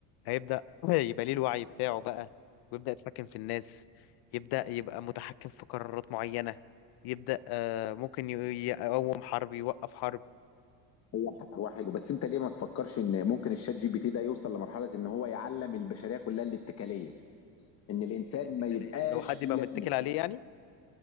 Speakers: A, on the left; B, on the left.
A: هيبدأ <clears throat> يبقى ليه الوعي بتاعه بقى ويبدأ يتحكم في الناس يبدأ يبقى متحكم في قرارات معينة يبدأ آه، ممكن ي- يقوم حرب يوقف حرب
B: هو هو حلو بس انت ليه ما تفكرش ان ممكن الشات جي بي تي ده يوصل لمرحله ان هو يعلم البشريه كلها الاتكاليه ان الانسان
A: ايه الاتكال
B: ما يبقاش
A: لو حد يبقى
B: ليه
A: متكل
B: لازمه
A: عليه يعني